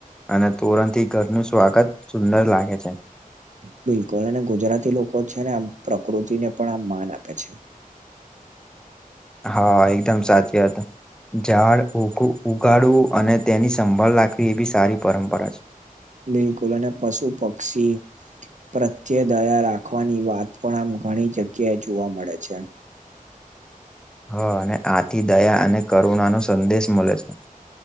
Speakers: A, in the centre; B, on the right (about 55°).
A: અને તોરણ ઘરનું સ્વાગત સુંદર લાગે છે.
B: બિલકુલ અને ગુજરાતી લોકો છે, ને આમ પ્રકૃતિને પણ આ માન આપે છે.
A: હા, એકદમ સાચી વાત ઝાડ ઉઘ ઉગાડવું અને તેની સંભાળ રાખવી એ બી સારી પરંપરા છે.
B: બિલકુલ અને પશુ પક્ષી પ્રત્યે દયા રાખવાની વાત પણ આમ ઘણી જગ્યાએ જોવા મળે છે.
A: હ, અને આથી દયા અને કરુણાનો સંદેશ મળે છે.